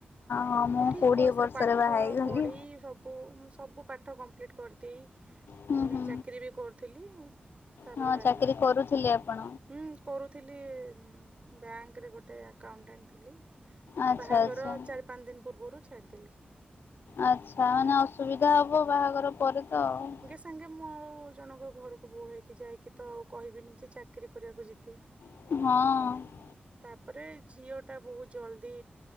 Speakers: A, on the left (about 80°); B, on the right (about 35°).
A: ହଁ
B: ତ ମୁଁ ଠିକ
A: କୋଡିଏ
B: ବୟସରେ
A: ବର୍ଷରେ
B: ପାଠ
A: ବାହା ହେଇଗଲି
B: ପଢି ସବୁ ଓ ମୁଁ ସବୁ ପାଠ କମ୍ପିଲିଟ କରିଦେଇ
A: ହୁଁ
B: ମାନେ
A: ହୁଁ
B: ଚାକିରୀ ବି କରୁଥିଲି। ତାପରେ
A: ହଁ
B: ବାହା
A: ଚାକିରି
B: ହେଇଛି।
A: କରୁଥିଲେ ଆପଣ
B: ହୁଁ କରୁଥିଲି ବ୍ୟାଙ୍କରେ ଗୋଟେ ଆକାଉଟେଣ୍ଟ ଥିଲି।
A: ଆଚ୍ଛା
B: ବାହାଘର
A: ଆଚ୍ଛା
B: ଚାରି ପାଞ୍ଚ ଦିନ ପୂର୍ବରୁ ଛାଡ଼ିଦେଲି।
A: ଆଚ୍ଛା ମାନେ ଅସୁବିଧା ହବ ବାହାଘର ପରେ ତ ଆଉ।
B: ତେଙ୍ଗେ ମୁଁ ଆଉ ଜଣଙ୍କ ଘରକୁ ବୋହୁ ହେଇକି ଯାଇକି ତ ଆଉ କହିବିନି ଯେ ଚାକିରି କରିବାକୁ ଯିବି।
A: ହଁ।
B: ତାପରେ ଝିଅଟା ବହୁତ ଜଲଦି